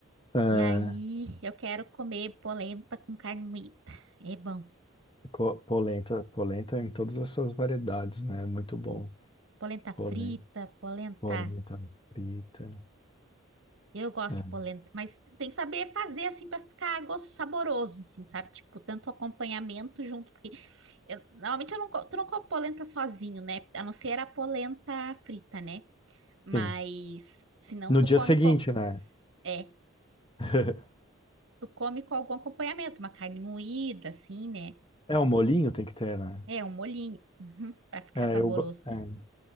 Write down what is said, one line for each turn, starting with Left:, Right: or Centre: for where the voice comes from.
Left: É,
Right: E aí, eu quero comer polenta com carne moída. É bom.
Left: Co- Polenta, polenta em todas as suas variedades, né? Muito bom.
Right: Polenta frita,
Left: Polen-
Right: polenta
Left: Polenta, frita.
Right: Eu gosto
Left: É.
Right: de polenta, mas tem que saber fazer assim para ficar gosto saboroso, assim, sabe? Tipo, tanto acompanhamento junto, porque eu- normalmente eu não, co- tu não come polenta sozinho, né? A não ser a polenta frita, né? Mas
Left: Sim.
Right: se não,
Left: No
Right: tu
Left: dia
Right: come
Left: seguinte,
Right: com,
Left: né?
Right: é,
Left: <laughs>
Right: tu come com algum acompanhamento, uma carne moída, assim, né?
Left: É, um molinho tem que ter, né?
Right: É, um molhinho, uhum, para ficar
Left: É,
Right: saboroso.
Left: eu, go- é,